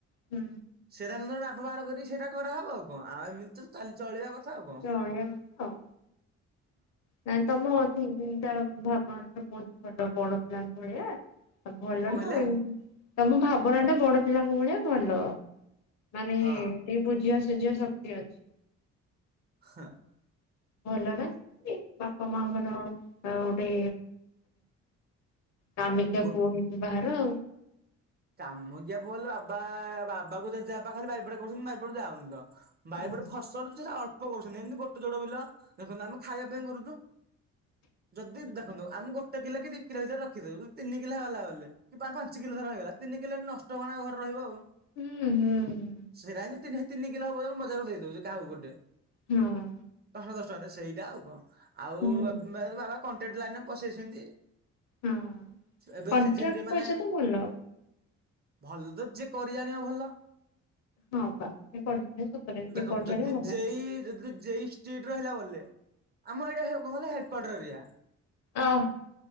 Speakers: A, on the left (about 65°); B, on the right (about 35°).
A: ହୁଁ
B: <unintelligible> କରି ସେଟା କରାହବ ଆଉ କଣ ଆଉ ଏମିତି ତ ଚାଲି ଚଳିବା କଥା ଆଉ ହଁ
A: ଚଳିବା କଥା ଆଉ। ନାଇଁ ତମ ଅଛି ତା ଭାବନ ସବ ଅଛି ଭଲ କଣ ପିଲାଙ୍କ ଭଳିଆ ଭଲ
B: କଣ କହିଲେ
A: ନା ତମକୁ ଭାବନାଟ ବଡ ପିଲାଙ୍କୁ ମିଳେ ଭଲ। ମାନେ
B: ହଁ
A: ବୁଝିିବା ସୁଝିବା ଶକ୍ତି ଅଛି।
B: ହଁ।
A: ଭଲ ନା ସେମତି ବାପା ମାଙ୍କର ଗୋଟେ କାମିକା
B: ଗୋ
A: ପୁଅ ହେଇକି ବାହର ଆଉ।
B: କାମକିଆ ପଲେ ବାବା ବାବାକୁ ଯା ଖାଲି ବିପେଡ କରୁଛନ୍ତି ବାରପେଡକୁ ଯାାଉନି ତ। ବାୟୁପୋଟେ
A: ହଁ
B: ଫସଲଛି ସେଟା ଅଳ୍ପ କରୁଛନ୍ତି ଏମିତି ଗୋଟେ ଜୋଡ ବିଲା ଦେଖନ୍ତୁ ଆମେ ଖାଇବା ପାଇଁ କରୁଛୁ। ଯଦି ଦେଖନ୍ତୁ ଆମେ ଗୋଟେ କିଲୋ କି ଦି କିଲୋ ଭିତରେ ରଖିଦଉୁ ଯଦି ତିନି କିଲା ହେଲା ବଲେ କି ପାଞ୍ଚ କିଲୋ ଧର ହେଇଗଲା ତିନ କିଲ ଏ ନଷ୍ଟ ହବ ନା ଘରେ ରହିବ ଆଉ।
A: ହୁଁ ହୁଁ। ହୁଁ
B: ସେଇା ତିନି ତିନ କିଲ ହବ ମଜାକୁ ଦେଇଦଉଛି କାହାକୁ ଗୋଟେ।
A: ହଁ।
B: ପାଞ୍ଚହ ଦଶ ଟଙ୍କାରେ ସେଇଟା ଆଉ କଣ ଆଉ
A: ହୁଁ।
B: ବାବା କଣ୍ଟେଣ୍ଟ ଲାଇନରେ ପସେଇଛନ୍ତି।
A: ହଁ
B: ଏବେ
A: କଣ୍ଟ୍ରାକ୍ଟ
B: ସିଜିନରେ
A: ପଇସା
B: ମାନେ
A: ତ ଭଲ।
B: ଭଲ ତ ଯିଏ କରି ଆାଣିବା ଭଲ।
A: ହଁ ବା କରୁଛନ୍ତି ସତରେ ଯିଏ
B: ଦେଖନ୍ତୁ
A: କରୁଛନ୍ତି
B: ଯଦି
A: ଭଲ
B: ଯେଇ ଯଦି ଯେଇ ଷ୍ଟ୍ରିଟ୍ ରହିଲା ବୋଲେ ଆମ ଏଇଟା କହ ହେଲେ ହେଡ଼କ୍ୱାଟର ଏରିଆ।
A: ଆଉ।